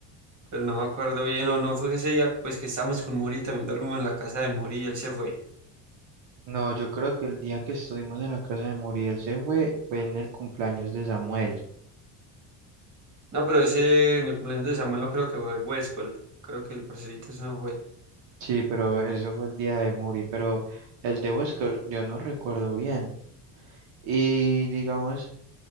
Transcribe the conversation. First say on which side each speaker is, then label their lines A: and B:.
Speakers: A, on the right; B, on the right.
A: Pero no me acuerdo bien, o no fue ese día, pues que estábamos con Muri, también dormimos en la casa de Muri y él se fue.
B: No, yo creo que el día que estuvimos en la casa de Muriel se fue, fue en el cumpleaños de Samuel.
A: No, pero ese, en el cumpleaños de Samuel no creo que fue Huescol. Creo que el parcerito ese no fue.
B: Sí, pero eso fue el día de Muri, pero el de Huesca yo no recuerdo bien. Y digamos,